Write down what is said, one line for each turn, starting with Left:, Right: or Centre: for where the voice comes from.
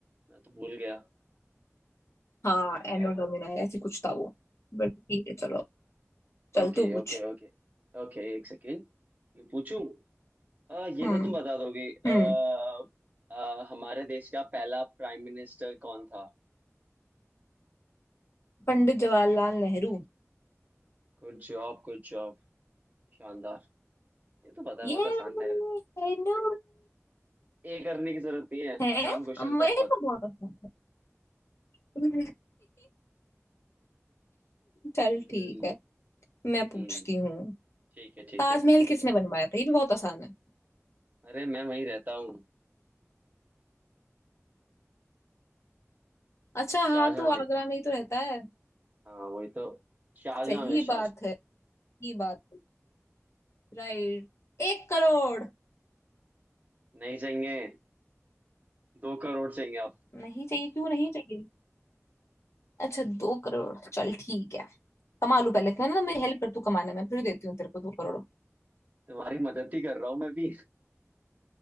Right: मैं तो भूल गया
Left: हाँ
Right: हाँ
Left: एनो डोमिना है ऐसी कुछ था वो बट ठीक है चलो चल
Right: Okay
Left: तू पूछ
Right: okay okay ओके एक सेकेंड मैं पूछूं आ, ये
Left: हम्म
Right: तो तुम बता दोगे आ,
Left: हम्म
Right: आ, हमारे देश का पहला प्राइम मिनिस्टर कौन था
Left: पंडित जवाहरलाल नेहरू
Right: Good job good job शानदार ये तो पता
Left: ये
Right: बहुत आसान था
Left: I know
Right: ए करने की जरूरत नहीं है
Left: है
Right: आसान
Left: अब
Right: क्वेश्चन
Left: मैं
Right: था बहुत
Left: तो बहुत अच्छा <laughs> चल
Right: हम्म
Left: ठीक है मैं
Right: हम्म
Left: पूछती हूँ
Right: ठीक है ठीक
Left: ताजमहल
Right: है
Left: किसने बनवाया था ये भी बहुत आसान है
Right: अरे मैं वहीं रहता हूँ
Left: अच्छा हाँ
Right: शाहजहां
Left: तू
Right: ने
Left: आगरा में ही तो रहता है
Right: हाँ वही तो शाहजहां
Left: सही
Right: में शाहजहां
Left: बात है सही बात है राइट एक करोड़
Right: नहीं चाहिए दो करोड़ चाहिए अब
Left: नहीं चाहिए क्यों नहीं चाहिए अच्छा दो करोड़ चल ठीक है कमा लूं पहले इतना ना मेरी हेल्प कर तू कमाने में फिर देती हूँ तेरे को दो करोड़
Right: तुम्हारी मदद ही कर रहा हूँ मैं भी